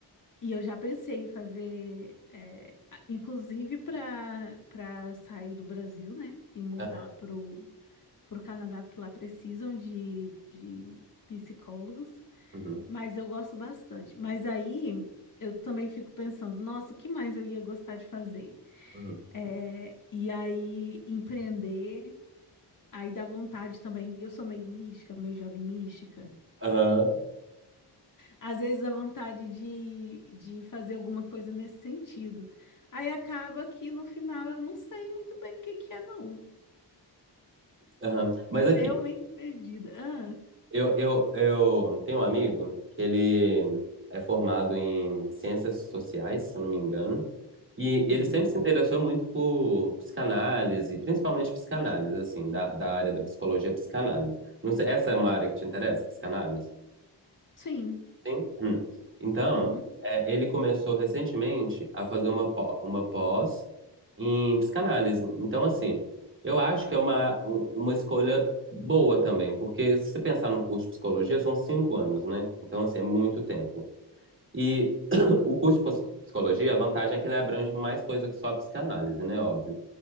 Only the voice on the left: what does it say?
E eu já pensei em fazer, é, a- inclusive para para sair do Brasil, né? E mudar
pro, pro Canadá, porque lá precisam de, de psicólogos.
Mas eu gosto bastante. Mas aí eu também fico pensando, nossa, o que mais eu ia gostar de fazer?
É, e aí empreender, aí dá vontade também. Eu sou meio mística, meio jovem mística.
Às vezes a vontade de, de fazer alguma coisa nesse sentido. Aí acaba que no final eu não sei muito bem o que que é, não.
Tô
realmente perdida. Ah,
uhum.
Sim.
Uhum.